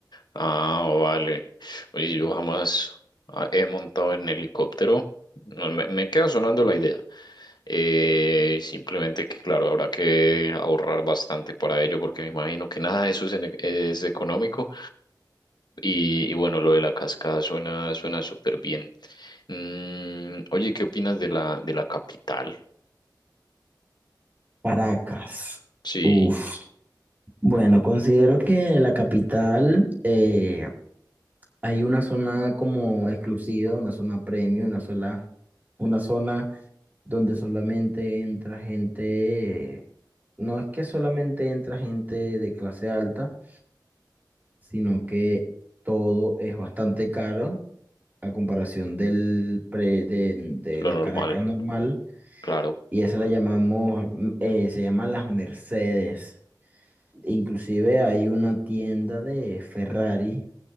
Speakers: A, on the left; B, on the right.
A: Ah, vale. Oye, yo jamás ah, he montado en helicóptero. No, Me, me queda sonando la idea. Eh, simplemente que, claro, habrá que ahorrar bastante para ello porque me imagino que nada de eso es, en- e, es económico. Y, y bueno, lo de la cascada suena suena súper bien. Mm, oye, ¿qué opinas de la, de la capital?
B: Caracas.
A: Sí,
B: Uf. Bueno, considero que la capital eh, hay una zona como exclusiva, una zona premium, una sola, una zona donde solamente entra gente, eh, no es que solamente entra gente de clase alta, sino que todo es bastante caro a comparación del pre, de, de
A: lo
B: la
A: normal,
B: Caracas normal,
A: claro.
B: y eso le llamamos, mm, eh, se llaman las Mercedes. Inclusive hay una tienda de Ferrari